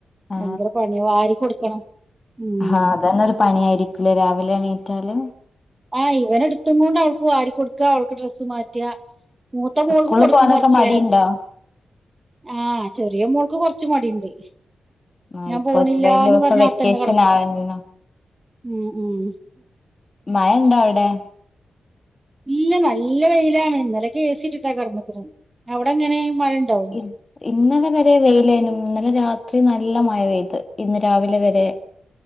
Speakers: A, on the left; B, on the right.
A: ആ
B: ഭയങ്കര പണ്യ. വാരി കൊടുക്കണം. ഉം
A: ആഹ് അതന്നെ ഒരു പണിയായിരിക്കുലെ രാവിലെ എണീറ്റാല്.
B: ആഹ് ഇവനെ എടുത്തും കൊണ്ട് അവൾക്ക് വാരി കൊടുക്ക അവൾക്ക് ഡ്രസ്സ് മാറ്റ. മൂത്ത മോൾക്
A: സ്കൂളിൽ
B: കൊടുക്കും
A: പോകാനൊക്കെ
B: കൊറ്ചേരം.
A: മടിയുണ്ടോ
B: ആ ചെറിയ മോൾക്ക് കൊറ് ച്ചി മടിണ്ട്.
A: ആ
B: ഞാൻ
A: ഇപ്പൊ
B: പോണില്ലാന്ന്
A: ഇത്രയും ദിവസം
B: പറഞ്ഞ്
A: വെക്കേഷൻ
B: അവിടെത്തന്നെ കെടക്കും.
A: ആണല്ലോ
B: ഉം ഉം
A: മയ ഇണ്ടോ അവിടെ.
B: ഇല്ല നല്ല വെയിലാണ്. ഇന്നലെ ഏസിട്ട്ട്ടാ കെടന്ന്ക്ക്ണ്. അവിടെ എങ്ങനെ മഴ ഇണ്ടോ.
A: ഇ- ഇന്നലെ വരെ വെയിലേനും ഇന്നലെ രാത്രി നല്ല മഴ പെയ്ത്. ഇന്ന് രാവിലെ വരെ.